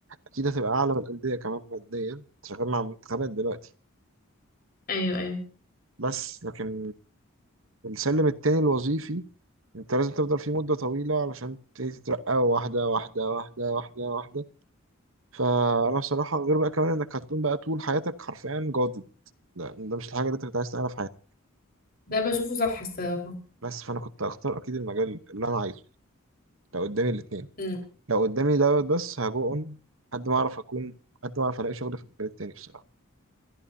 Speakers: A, on the right (about 70°); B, on the left (about 45°).
A: اكيد هتبقى اعلى من الانديه كمان ماديا أنت شغال مع منتخبات دلوقتي
B: ايوه ايوه
A: بس لكن السلم التاني الوظيفي انت لازم تفضل فيه مده طويله علشان تبتدي تترقى واحده واحده واحده واحده واحده فانا بصراحه غير بقى كمان انك هتكون بقى طول حياتك حرفيا جادد لا ده مش الحاجه اللي انت كنت عايز تعملها في حياتك
B: ده بشوفه صح الصراحة
A: بس فانا كنت هختار اكيد المجال اللي انا عايزه لو قدامي الاثنين
B: امم
A: لو قدامي دوت بس هجو اون لحد ما اعرف اكون لحد ما اعرف الاقي شغل في المجال التاني بصراحه